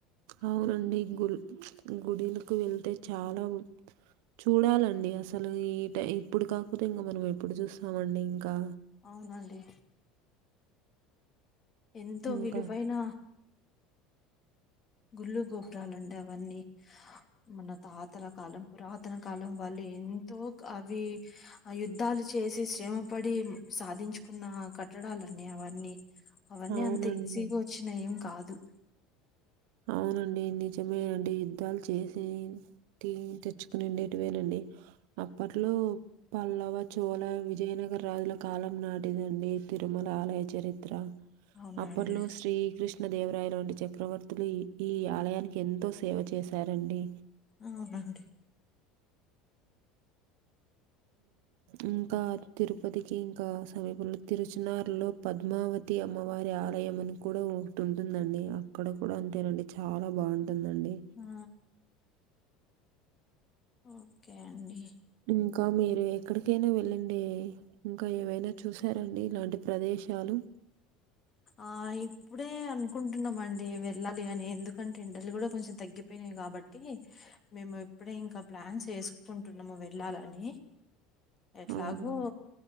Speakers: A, on the right (about 70°); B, on the left (about 25°).
A: అవునండి గు గుడిలకు వెళ్తే చాలా చూడాలండి అసలు ఈ ఇప్పుడు కాకపోతే ఇంకా మనం ఎప్పుడు చూస్తామండి ఇంకా
B: అవునండి ఎంతో
A: ఇంకా
B: విలువైన గుళ్ళు గోపురాలండి అవన్నీ మన తాతల కాలం పురాతన కాలం వాళ్ళు ఎంతో అవి యుద్ధాలు చేసి శ్రమపడి సాధించుకున్న కట్టడాలన్నీ అవన్నీ అవన్నీ
A: అవునండి.
B: అంత ఈజీగా వచ్చినవి ఏం కాదు
A: అవునండి నిజమే అండి యుద్ధాలు చేసి తీ తెచ్చుకునిండేటివేనండి అప్పట్లో పల్లవ చోల విజయనగర రాజుల కాలం నాటిదండి తిరుమల ఆలయ చరిత్ర
B: అవునండి
A: అప్పట్లో శ్రీకృష్ణ దేవరాయు లాంటి చక్రవర్తి రి ఈ ఆలయానికి ఎంతో సేవ చేశారండి
B: అవునండి
A: ఇంకా తిరుపతికి ఇంకా సమీపంలో తిరుచనారులో పద్మావతి తి అమ్మవారి ఆలయం అని కూడా ఒకటి ఉంటుందండి అక్కడ కూడా అంతేనండి చాలా బాగుంటుందండి
B: ఆ ఓకే అండి
A: ఇంకా మీరు ఎక్కడికైనా వెళ్ళండి ఇంకా ఏవైనా చూసారండి ఇలాంటి ప్రదే శాలు
B: ఆ ఇప్పుడే అనుకుంటున్నామండ్డి వెళ్ళాలి అని ఎందుకంటే ఎండలు కూడా కొంచెం తగ్గిపోయినాయి కాబ బట్టి మేము ఎప్పుడే ఇంకా ప్లాన్ చేసుకుంటున్నాము వెళ్ళాలని ఎట్లాగు
A: అవునండి.